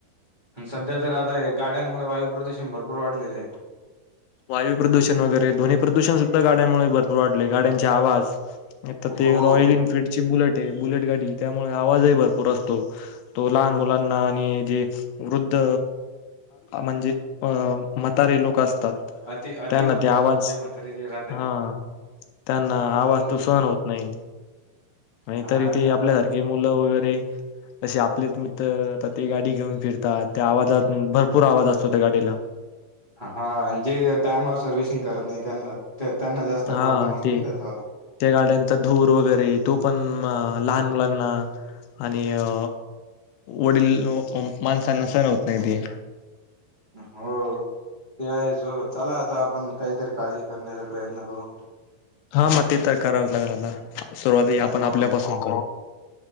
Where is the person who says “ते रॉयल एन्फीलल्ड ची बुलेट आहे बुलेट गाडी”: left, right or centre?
Left